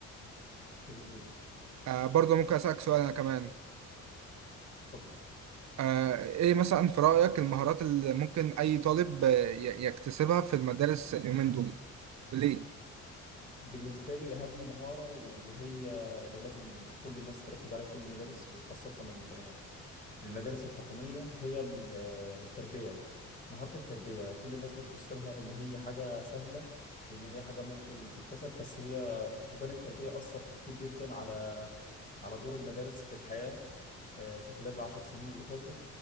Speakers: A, on the left; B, on the right.
A: جميل جدا
B: آه برضه ممكن أسألك سؤال أنا كمان
A: اتفضل
B: آه إيه مثلا في رأيك المهارات اللي ممكن أي طالب آه، ي- يكتسبها في المدارس اليومين دول وليه؟
A: بالنسبه لي اهم مهاره وهي اللي لازم كل الناس تركز عليها كل المدارس وخاصه ال- المدارس الحكوميه هي ال- التربيه مهاره التربيه كل الناس بتبص لها ان هي حاجه سهله وان هي حاجه ممكن تكتسب بس هي فقدان التربيه اثر كتير جدا على على دور المدارس في الحياة آه، في خلال العشر سنين اللي فاتوا